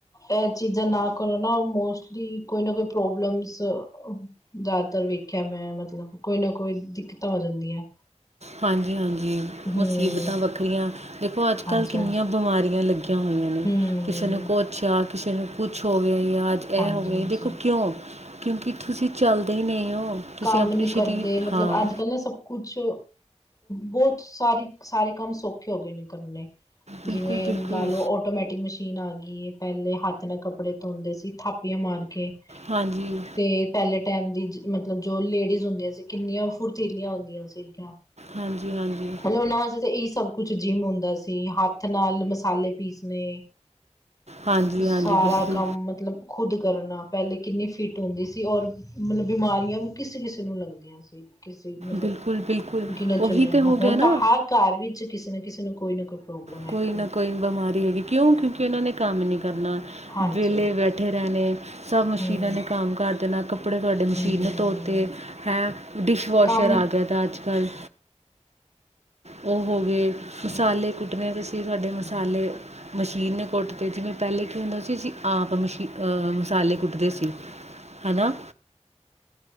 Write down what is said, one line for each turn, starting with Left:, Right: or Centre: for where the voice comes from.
Left: ਇਹ ਚੀਜ਼ਾਂ ਨਾ ਕਰੋ ਨਾ ਮੋਸਟਲੀ ਕੋਈ ਨਾ ਕੋਈ ਪ੍ਰੋਬਲਮਸ ਜ਼ਿਆਦਾਤਰ ਵੇਖਿਆ ਮੈਂ ਮਤਲਬ ਕੋਈ ਨਾ ਕੋਈ ਦਿੱਕਤਾਂ ਹੋ ਜਾਂਦੀਆਂ।
Right: ਹਾਂਜੀ, ਹਾਂਜੀ।
Left: ਹਮ
Right: ਮੁਸੀਬਤਾਂ ਵੱਖਰੀਆਂ ਦੇਖੋ, ਅੱਜ
Left: ਹਾਂਜੀ
Right: ਕੱਲ੍ਹ ਕਿੰਨੀਆਂ
Left: ਹਾਂਜੀ
Right: ਬਿਮਾਰੀਆਂ ਲੱਗੀਆਂ ਹੋਈਆਂ ਨੇ,
Left: ਹਮ
Right: ਕਿਸੇ ਨੂੰ ਕੋਛ ਆ ਕਿਸੇ ਨੂੰ ਕੁਛ ਛ ਹੋ ਗਿਆ
Left: ਹਾਂਜੀ
Right: ਇਹ ਹੋਵੇ
Left: ਹਾਂਜੀ
Right: ਦੇਖੋ, ਕਿਉਂ ਕਿਉਂਕਿ ਤੁਸੀਂ ਚੱਲਦੇ ਹੀ ਨਹੀਂ ਹੋ। ਤੁਸੀਂ
Left: ਕੰਮ
Right: ਆਪਣੇ
Left: ਨੀ ਕਰਦੇ
Right: ਸਰੀਰ
Left: ਮਤਲਬ
Right: ਹਾਂ
Left: ਅੱਜ- ਕੱਲ੍ਹ ਨਾ, ਸਭ ਕੁਛ ਬਹੁਤ ਸਾਰੀ, ਸਾਰੇ ਕੰਮ ਸੌਖੇ ਹੋ ਗਏ ਨੇ ਕਰਨੇ। ਜਿਵੇਂ
Right: ਬਿਲਕੁਲ ਬਿਲਕੁਲ
Left: ਲਾ, ਲੋ ਆਟੋਮੈਟਿਕ ਮਸ਼ੀਨ ਆ ਗਈ। ਪਹਿਲੇ ਹੱਥ ਨਾਲ ਕੱਪੜੇ ਧੋਂਦੇ ਸੀ। ਥਾਪੀਆਂ ਮਾਰ ਕੇ
Right: ਹਾਂਜੀ
Left: ਤੇ ਪਹਿਲੇ ਟਾਈਮ ਦੀ ਮਤਲਬ ਜੋ, ਲੇਡੀਜ਼ ਹੁੰਦੀਆਂ ਸੀ ਕਿੰਨੀਆਂ ਫੁਰਤੀਲੀਆਂ ਹੁੰਦੀਆਂ ਸੀਗੀਆਂ
Right: ਹਾਂਜੀ ਹਾਂਜੀ
Left: ਮਤਲਬ ਉਹਨਾਂ ਵਾਸਤੇ ਤਾਂ, ਇਹੀ ਸਭ ਕੁਛ ਜਿੰਮ ਹੁੰਦਾ ਸੀ ਤੇ, ਹੱਥ ਨਾਲ ਮਸਾਲੇ ਪੀਸਣੇ
Right: ਹਾਂਜੀ
Left: ਸਾਰਾ
Right: ਹਾਂਜੀ ਬਿਲਕੁਲ
Left: ਕੰਮ ਮਤਲਬ ਖੁਦ ਕਰਨਾ ਪਹਿਲੇ ਕਿੰਨੀ ਫਿਟ ਹੁੰਦੀ ਸੀ, ਔਰ ਮਤਲਬ ਬਿਮਾਰ ਨਿਯਮ ਕਿਸ ਕਿਸੇ ਨੂੰ ਲੱਗਦੀਆਂ ਸੀ। ਕਿਸੇ ਮਤਲਬ
Right: ਬਿਲਕੁਲ ਬਿਲਕੁਲ
Left: ਗਿਣੇ
Right: ਉਹੀ
Left: ਚੁੰਨੇ ਨੂੰ
Right: ਤੇ ਹੋ ਗਿਆ
Left: ਹੁਣ
Right: ਨਾ
Left: ਤਾਂ, ਹਰ ਘਰ ਵਿੱਚ ਕਿਸੇ ਨਾ ਕਿਸੇ ਨੂੰ, ਕੋਈ ਨਾ ਕੋਈ ਪ੍ਰੋਬਲਮ ਹੈਗੀ
Right: ਕੋਈ ਨਾ
Left: ਹੈ
Right: ਕੋਈ ਬਿਮਾਰੀ ਹੈਗੀ, ਕਿਉਂ ਕਿਉਂਕਿ ਉਹਨਾਂ ਨੇ ਕੰਮ ਨੀ ਕਰਨਾ।
Left: ਹਾਂਜੀ
Right: ਵੇਲੇ ਬੈਠੇ। ਜਾ, ਨੇ ਸਭ ਮਸ਼ੀਨਾਂ
Left: ਹਮ
Right: ਨੇ, ਕੰਮ ਕਰਦੇਣਾ ਕੱਪੜੇ ਤੁਹਾਡੇ ਮਸ਼ੀਨ
Left: ਹਮ
Right: ਨੇ, ਧੋਡੇ ਹੈਂ ਡਿਸ਼ਵਾਸ਼ਰ
Left: ਕੰਮ
Right: ਆ ਗਿਆ, ਤਾਂ ਅੱਜ ਗਲ ਉਹ ਹੋ ਗਏ ਮਸਾਲੇ ਕੁੱਟਣੇ ਤੇ ਸੀ, ਸਾਡੇ ਮਸਾਲੇ ਮਸ਼ੀਨ ਨੇ ਕੁੱਟਦੇ ਜਿਵੇਂ ਪਹਿਲੇ ਕੀ ਹੁੰਦਾ ਸੀ, ਅਸੀਂ ਆਪ ਮਸ਼ੀ ਅਹ ਮਸਾਲੇ ਕੁੱਟਦੇ ਸੀ। ਹੈਨਾ